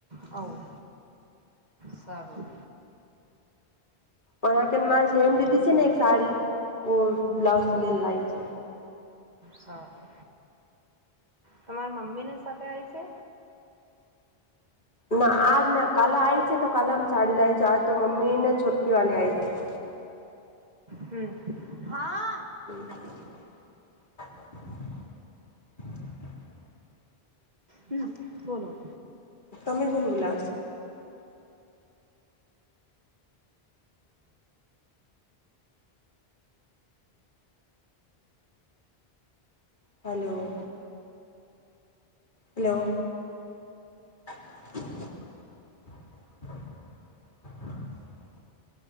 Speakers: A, on the right; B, on the left.
A: હ <unintelligible> સારું
B: પણ કેમ ના મારે સેમ લીધી છે
A: હમ
B: ને એક સાડી બ્લાઉઝ સીવીને લાવી છે.
A: સારુ તમારા મમ્મી ને સાથે આવી છે.
B: ના આજ ના કાલે આય છે તો કાલે આમ સાડી લાવી છે આજ તો મમ્મી ને છોટકી વાળલી આય છે. <inaudible>
A: હમ હા.
B: <unintelligible>
A: હમ બોલો.
B: તમે કોણ બુલાવે છે? Hello. Hello. <unintelligible>